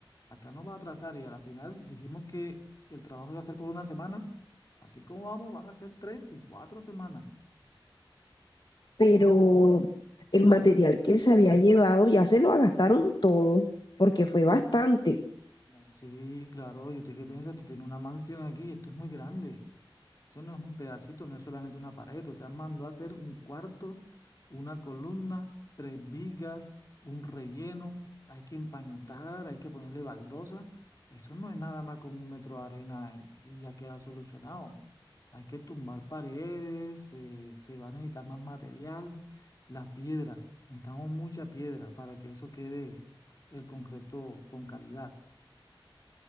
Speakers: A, on the left; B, on the left.
A: Acá nos va a atrasar y a la final dijimos que el trabajo iba a ser por una semana. Así como vamos, van a ser tres y cuatro semanas.
B: pero el material que se había llevado ya se lo gastaron todo, porque fue bastante,
A: No, Sí, claro, ¿y usted qué piensa? Usted tiene una mansión aquí, esto es muy grande. Esto no es un pedacito, no es solamente una pared. Usted mandó a hacer un cuarto, una columna, tres vigas, un relleno. Hay que empañotar, hay que ponerle baldosa. Eso no es nada más con un metro de arena y, y ya queda solucionado. Hay que tumbar paredes, eh, se va a necesitar más material. La piedra, necesitamos mucha piedra para que eso quede el concreto con calidad.